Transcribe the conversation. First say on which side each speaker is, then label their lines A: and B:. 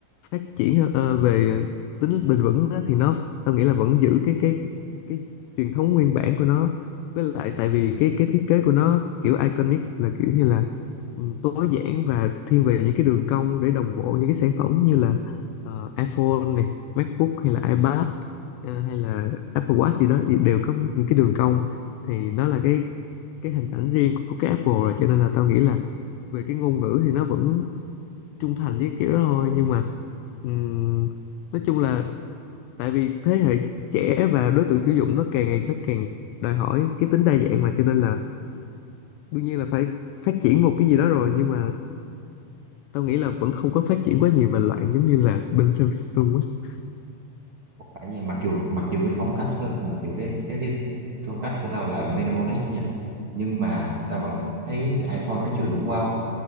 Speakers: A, on the left (about 90°); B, on the right (about 70°).
A: phát triển ờ, ờ, về ờ, tính bền vững đó, thì nó tao nghĩ là vẫn giữ cái cái cái truyền thống nguyên bản của nó với lại tại vì cái cái thiết kế của nó kiểu iconic là kiểu như là ừ, tối giản và thiên về những cái đường cong để đồng bộ những cái sản phẩm như là ờ, iPhone này, MacBook hay là iPad ờ, hay là Apple Watch gì đó thì đều có những cái đường cong thì nó là cái cái hình ảnh riêng của cái Apple rồi cho nên là tao nghĩ là về cái ngôn ngữ thì nó vẫn trung thành với kiểu đó thôi nhưng mà ừm, nói chung là tại vì thế hệ trẻ và đối tượng sử dụng nó càng ngày nó càng đòi hỏi cái tính đa dạng mà cho nên là đương nhiên là phải phát triển một cái gì đó rồi nhưng mà tao nghĩ là vẫn không có phát triển quá nhiều và lại giống như là bên Samsung á.
B: phải nha mặc dù mặc dù cái phong cách của mặc dù cái cái cái phong cách của tao là minimalist nha nhưng mà tao vẫn thấy là iPhone nó chưa đủ wow